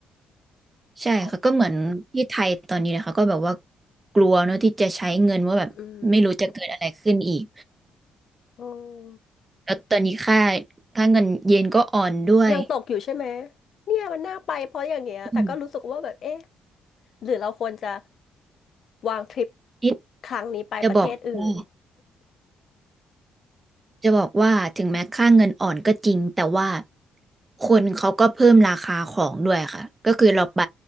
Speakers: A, on the right; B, on the left.
A: ใช่ค่ะก็เหมือนที่ไทยตอนนี้นะคะก็แบบว่า
B: เขา
A: กลัวเนอะที่จะใช้เงินว่าแบบไม่รู้จะเกิดอะไรขึ้นอีก
B: อืมอืม
A: แล้วตอนนี้ค่าค่าเงินเยนก็อ่อนด้วย
B: ยังตกอยู่ใช่ไหม เนี่ยมันน่าไปเพราะอย่างเงี้ย แต่ก็รู้สึกว่าแบบเอ๊ะ
A: อืม
B: หรือเราควรจะวางทริป
A: นี่
B: ครั้งนี้ไปประเทศอื่น
A: จะบอกว่าจะบอกว่าถึงแม้ค่าเงินอ่อนก็จริงแต่ว่าคนเขาก็เพิ่มราคาของด้วยค่ะก็คือเราไป